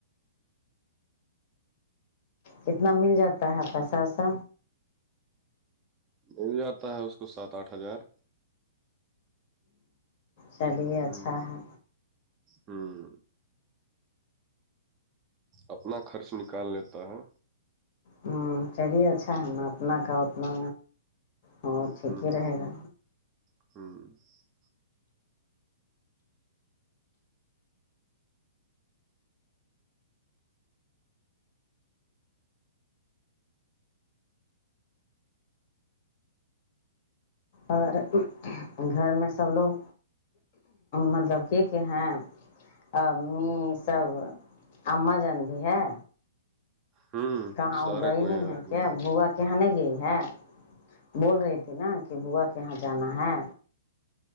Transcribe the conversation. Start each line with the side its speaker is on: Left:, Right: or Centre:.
Left: کتنا مل جاتا ہے پیسہ ویسہ
Right: مل جاتا ہے اس کو سات آٹھ ہزار
Left: چلیے اچھا
Right: ہوں
Left: ہے
Right: ہوں اپنا خرچ نکال لیتا ہے
Left: ہوں چلیے اچھا ہے نا اپتنا کا اتنا وہ ٹھیک
Right: ہوں
Left: ہی رہے گا
Right: ہوں
Left: اور گھر میں سب لوگ مطلب کی کہ ہیں ا امی سب امم جان بھی ہے
Right: ہوں
Left: کہاں
Right: سارے
Left: وہ گئی
Right: کوئی
Left: نہیں
Right: ہیں
Left: ہے
Right: ابھی
Left: کیا با کہاں نہیں گئی ہے بول رہی تھی نا کہ بوا کہاں جانا ہے